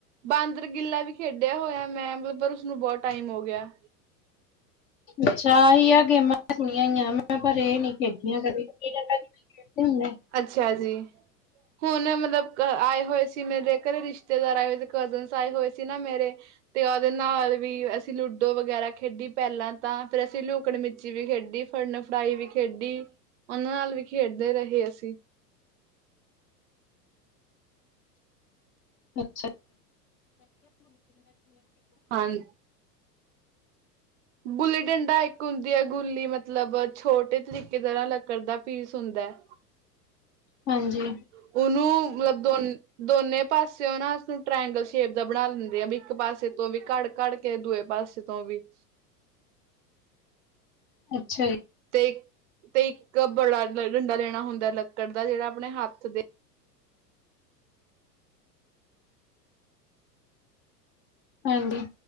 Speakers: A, on the right (about 45°); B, on the left (about 25°).
A: ਬਾਂਦਰ ਗਿੱਲਾ ਵੀ ਖੇਡਿਆ ਹੋਇਆ ਮੈਂ ਪਰ ਉਸਨੂੰ ਬਹੁਤ ਟਾਈਮ ਹੋ ਗਿਆ।
B: ਅੱਛਾ ਇਹੀ ਹੈ ਗੇਮਾਂ। ਦਣਈ ਮੈਂ ਪਰ ਇਹ ਨੀ ਖੇਡੀਆਂ ਕਦੇ।
A: ਅੱਛਾ ਜੀ। ਹੁਣ ਮਤਲਬ ਆਏ ਹੋਏ ਸੀ ਮੇਰੇ ਘਰੇ ਰਿਸ਼ਤੇਦਾਰ ਆਏ ਹੋਏ ਸੀ ਕਜ਼ਨ ਸ ਆਏ ਹੋਏ ਸੀ ਨਾ ਮੇਰੇ। ਤੇ ਉਹਦੇ ਨਾਲ ਵੀ ਅਸੀਂ ਲੂਡੋ ਵਗੈਰਾ ਖੇਡੀ ਪਹਿਲਾਂ ਤਾਂ ਫੇਰ ਅਸੀਂ ਲੁਕਣ ਮਿਚੀ ਵੀ ਖੇਡੀ। ਫੜਨ ਫੜਾਈ ਵੀ ਖੇਡੀ ਉਹਨਾਂ ਨਾਲ ਵੀ ਖੇਡਦੇ ਰਹੇ ਅਸੀਂ।
B: ਅੱਛਾ।
A: ਹਾਂਜੀ। ਗੁੱਲੀ ਡੰਡਾ ਇੱਕ ਹੁੰਦੀ ਹੈ ਗੁੱਲੀ ਮਤਲਬ ਛੋਟੇ ਤਰੀਕੇਦ ਨਾਲ ਲੱਕੜ ਦਾ ਪੀਸ ਹੁੰਦਾ ਹੈ।
B: ਹਾਂਜੀ।
A: ਉਹਨੂੰ <unintelligible> ਦੋ ਦੋਨੇ ਪਾਸਿਓ ਨਾ ਅਜ ਕਲ ਟ੍ਰਂਗਲ ਸ਼ੇਪ ਦਾ ਬਣਾ ਲੈਂਦੇ ਆ ਵੀ ਇੱਕ ਪਾਸੇ ਤੋਂ ਵੀ ਘੜ ਘੜ ਕੇ ਦੂਏ ਪਾਸੇ ਤੋਂ ਤਾ ਵਿੱਚ
B: ਅੱਛਾ ਜੀ।
A: ਤੇ ਤੇ ਇੱਕ ਬੜਾ ਡੰਡਾ ਲੈਣਾ ਹੁੰਦਾ ਲੱਕੜ ਦਾ ਜਿਹੜਾ ਆਪਣੇ ਹੱਥ ਦੇ
B: ਹਾਂਜੀ।